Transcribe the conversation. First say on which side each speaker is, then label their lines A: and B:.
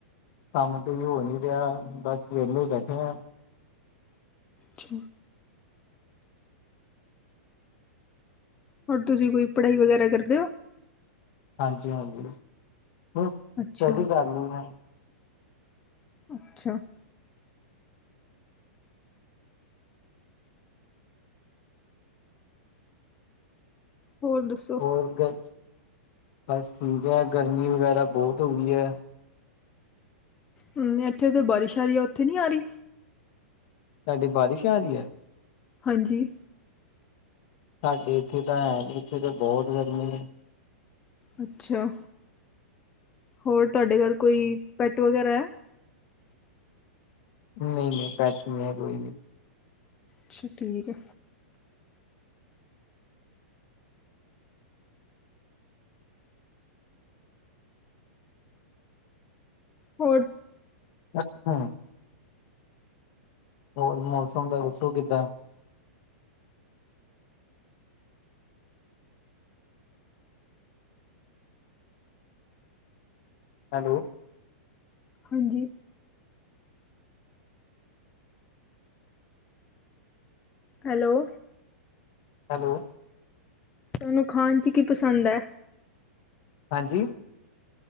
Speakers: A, on the left; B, on the left.
A: ਕੰਮ ਕੋਈ ਹੋ ਨੀ ਰਿਆ, ਬਸ ਵੇਲੇ ਈ ਬੈਠੇ ਆ।
B: ਛ! ਹੁਣ ਤੁਸੀਂ ਕੋਈ ਪੜਾਈ ਵਗੈਰਾ ਕਰਦੇ ਓ?
A: ਹਾਂਜੀ-ਹਾਂਜੀ ਹੁ ਸਟਡੀ
B: ਅੱਛਾ
A: ਕਰਲੀ ਮੈ।
B: ਅੱਛਾ! ਹੋਰ ਦੁਸ।
A: ਹੋਰ ਗ ਬਸ ਠੀਕ ਐ ਗਰਮੀ ਵਗੈਰਾ ਬੌਤ ਹੋ ਗੀ ਐ।
B: ਹੂੰ ਇੱਥੇ ਤੇ ਬਾਰਿਸ਼ ਆ ਰੀ ਆ ਓੱਥੇ ਨੀ ਆ ਰੀ।
A: ਤੁਆਡੇ, ਬਾਰਿਸ਼ ਆ ਰੀ ਐ।
B: ਹਾਂਜੀ।
A: ਸਾਡੇ ਇੱਥੇ ਤਾਂ ਹੈਨੀ, ਇੱਥੇ ਤਾਂ ਬੌਤ ਗਰਮੀ ਏ।
B: ਅੱਛਾ! ਹੋਰ! ਤੁਆਡੇ ਘਰ ਕੋਈ ਪੈੱਟ ਵਗੈਰਾ ਐ।
A: ਨਈ-ਨਈ ਪੈੱਟ ਨੀ ਐਗੇ-ਐਗੇ।
B: ਅੱਛਾ! ਠੀਕ ਏ। ਹੋਰ!
A: ਅੱਛਾ! ਹੋਰ ਮੌਸਮ ਦਾ ਦੱਸੋ ਕਿੱਦਾਂ? ਹੈਲੋ।
B: ਹਾਂਜੀ। ਹੈਲੋ।
A: ਹੈਲੋ।
B: ਤੁਆਨੂੰ ਖਾਣ ਚ ਕੀ ਪਸੰਦ ਐ।
A: ਹਾਂਜੀ।